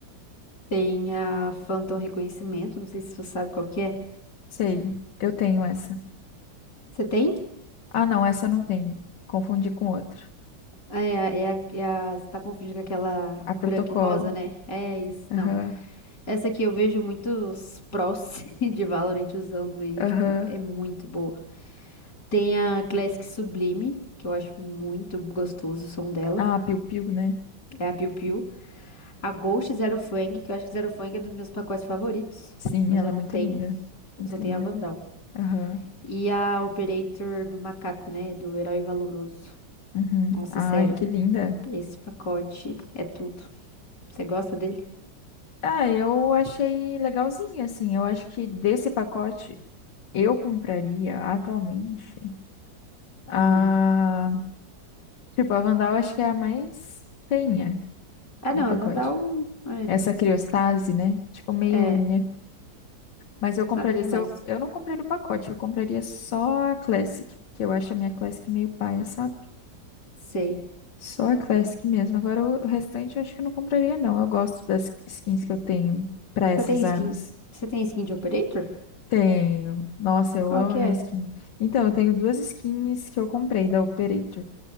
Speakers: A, on the left; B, on the left.
A: Tem a Phantom Reconhecimento, não sei se você sabe qual que é.
B: Sei, eu tenho essa.
A: Você tem?
B: Ah, não, essa eu não tenho. Confundi com outra.
A: É, a- é, a- é a- você tá confundindo com aquela
B: A Protocolo.
A: branca e rosa, né? É isso.
B: Aham,
A: Não, Essa aqui eu vejo muitos prós <laughs> de Valorant usando e,
B: aham.
A: tipo, é muito boa. Tem a Classic Sublime, que eu acho muito gostoso o som dela.
B: Ah, Piu Piu, né?
A: É a Piu Piu. A Ghost Zero Fang, que eu acho que Zero Fang é um dos meus pacotes favoritos.
B: Sim,
A: Mas
B: ela
A: eu
B: é
A: não
B: muito
A: tenho.
B: linda. Muito
A: Eu só tenho
B: linda.
A: a Vandal.
B: Aham,
A: E a Operator do Macaco, né? Do Herói Valoroso.
B: uhum.
A: Nossa,
B: Ai,
A: sério.
B: que linda.
A: Esse pacote é tudo. Você gosta dele?
B: Ah, eu achei legalzinho, assim. Eu acho que desse pacote eu compraria atualmente a.
A: Hum.
B: Tipo, a Vandal acho que é a mais feinha
A: Ah,
B: do
A: não.
B: pacote.
A: A Vandal. É.
B: Essa criostase, né? Tipo, meio,
A: É.
B: né? Mas eu compraria.
A: Nada demais.
B: Se eu... eu não compraria o pacote, eu compraria só a Classic, porque eu acho a minha Classic meio paia, sabe?
A: Sei.
B: Só a Classic mesmo. Agora o o restante eu acho que eu não compraria, não. Eu gosto das skins que eu tenho pra essas
A: Você tem skin,
B: armas.
A: você tem skin de Operator?
B: Tenho. Nossa, eu
A: Qual
B: amo
A: que
B: a minha
A: é?
B: skin. Então, eu tenho duas skins que eu comprei da Operator.